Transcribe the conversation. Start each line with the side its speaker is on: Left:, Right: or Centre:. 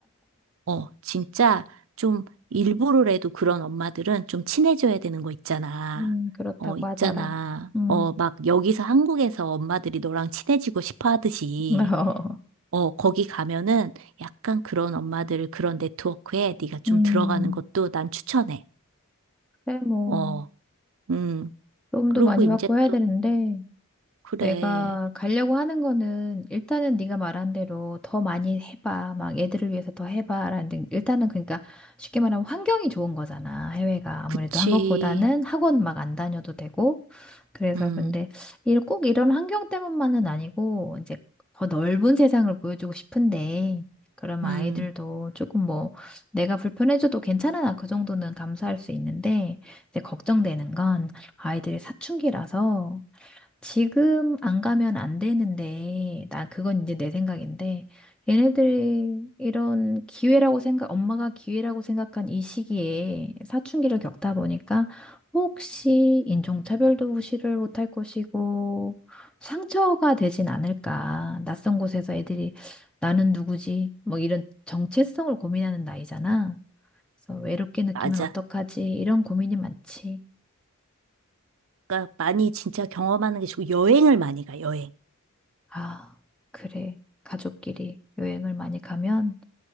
Right: 어, 진짜 좀 일부러라도 그런 엄마들은 좀 친해져야 되는 거 있잖아.
Centre: 음, 그렇다고
Right: 어, 있잖아.
Centre: 하더라. 음,
Right: 어, 막 여기서 한국에서 엄마들이 너랑 친해지고 싶어 하듯이,
Centre: <laughs> 어,
Right: 어, 거기 가면은 약간 그런 엄마들 그런 네트워크에 네가 좀
Centre: 음,
Right: 들어가는 것도 난 추천해.
Centre: 그래, 뭐,
Right: 어, 음.
Centre: 도움도
Right: 그러고
Centre: 많이
Right: 이제
Centre: 받고 해야
Right: 또,
Centre: 되는데,
Right: 그래.
Centre: 내가 가려고 하는 거는 일단은 네가 말한 대로 더 많이 해봐. 막 애들을 위해서 더 해봐. 라는데 일단은 그러니까 쉽게 말하면 환경이 좋은 거잖아. 해외가 아무래도
Right: 그치.
Centre: 한국보다는 학원 막 안 다녀도 되고. 그래서
Right: 음,
Centre: 근데 이- 꼭 이런 환경 때문만은 아니고 이제 더 넓은 세상을 보여주고 싶은데 그러면
Right: 음.
Centre: 아이들도 조금 뭐 내가 불편해져도 괜찮아. 나그 정도는 감수할 수 있는데 이제 걱정되는 건 아이들이 사춘기라서 지금 안 가면 안 되는데, 나 그건 이제 내 생각인데, 얘네들이 이런 기회라고 생각, 엄마가 기회라고 생각한 이 시기에 사춘기를 겪다 보니까 혹시 인종차별도 무시를 못할 것이고, 상처가 되진 않을까. 낯선 곳에서 애들이 나는 누구지? 뭐 이런 정체성을 고민하는 나이잖아. 그래서 외롭게 느끼면
Right: 맞아.
Centre: 어떡하지? 이런 고민이 많지.
Right: 그러니까 많이 진짜 경험하는 게 좋고 여행을 많이 가, 여행.
Centre: 아, 그래. 가족끼리 여행을 많이 가면